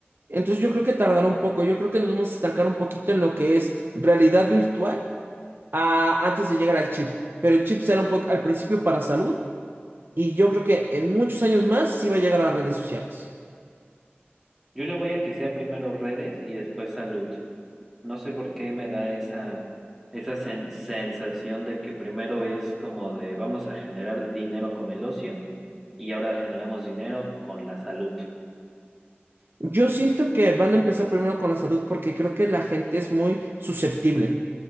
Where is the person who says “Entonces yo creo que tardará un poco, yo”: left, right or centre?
Right